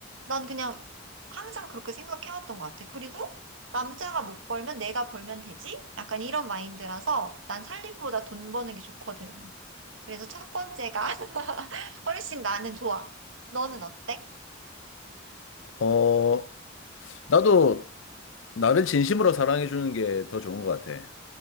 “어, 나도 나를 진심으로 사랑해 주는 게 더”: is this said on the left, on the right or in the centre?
Left